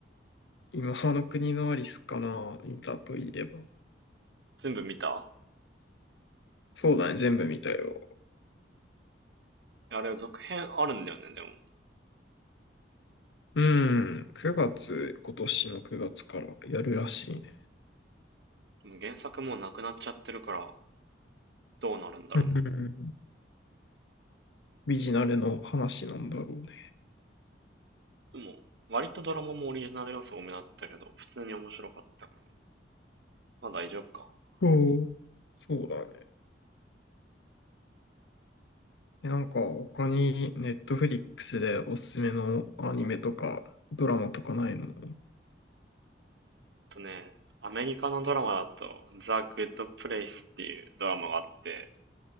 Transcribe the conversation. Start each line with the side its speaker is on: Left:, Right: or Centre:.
Left: 今の国のアリスかな見たといえば。
Right: 全部見た
Left: そうだね、全部見たよ。
Right: あれ、続編あるんだよね、でも。
Left: うん、9月、今年の9月からやるらしいね。
Right: もう原作もうなくなっちゃってるから、どうなるんだろうね。
Left: うん、ビジナルの話なんだろうね。
Right: でも、割とドラマもオリジナル要素多めだったけど、普通に面白かったから。まあ大丈夫か。あ
Left: おそうだね。え、なんか他にネットフリックスでおすすめのアニメとかドラマとかないの
Right: とね、アメリカのドラマだと、ザ・グッド・プレイスっていうドラマがあって、